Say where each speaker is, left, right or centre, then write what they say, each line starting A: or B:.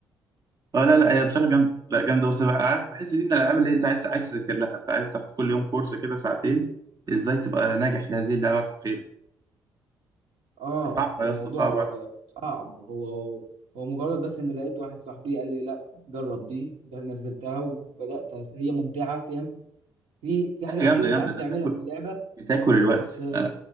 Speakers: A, on the right; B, on the right.
A: اه لا لا هي بصراحه جامده لا جامده بس بقى عارف- بحس دي من الالعاب اللي انت عايز عايز تذاكر لها انت عايز تاخد كل يوم كورس كده ساعتين ازاي تبقى ناجح في هذه اللعبه الحقيره
B: اه
A: صعبه
B: الموضوع
A: يا اسطى صعبه لا
B: صعب هو هو مجرد بس ان لقيت واحد صاحبي قال لي لا جرب دي ده نزلتها وبدات أس- هي ممتعه فاهم في في حاجات
A: هي جامده
B: كتير انت
A: جامده
B: عايز
A: انت
B: تعملها
A: بتاكل
B: في اللعبه
A: بتاكل الوقت
B: بس
A: آه،